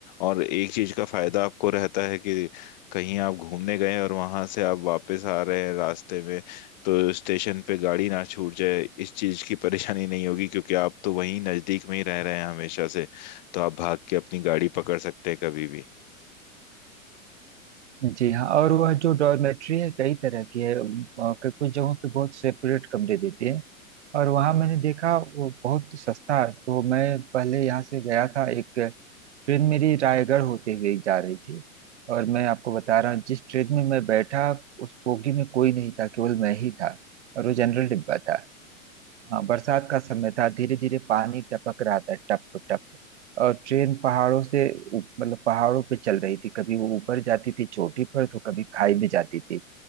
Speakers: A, on the left; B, on the right.
A: और एक चीज का फायदा आपको रहता है कि कहीं आप घूमने गए और वहां से आप वापस आ रहे हैं रास्ते में तो स्टेशन पे गाड़ी ना छूट जाए इस चीज की परेशानी नहीं होगी क्योंकि आप तो वहीं नजदीक में ही रह रहे हैं हमेशा से तो आप भाग के अपनी गाड़ी पकड़ सकते हैं कभी भी
B: जी हाँ और वह जो डॉर्मेट्री है कई तरह की है अ, क- कुछ जगहों पे बहुत सेपरेट कमरे देते हैं और वहाँ मैंने देखा वो बहुत सस्ता है। तो मैं पहले यहाँ से गया था एक ट्रेन मेरी रायगढ़ होते हुए जा रही थी और मैं आपको बता रहा हूँ जिस ट्रेन में मैं बैठा उस बोगी में कोई नहीं था केवल मैं ही था और वो जनरल डिब्बा था हाँ, बरसात का समय था धीरे धीरे पानी टपक रहा था टप टप और ट्रेन पहाड़ों से ऊ- मतलब पहाड़ों पे चल रही थी कभी वो ऊपर जाती थी चोटी पर तो कभी खाई में जाती थी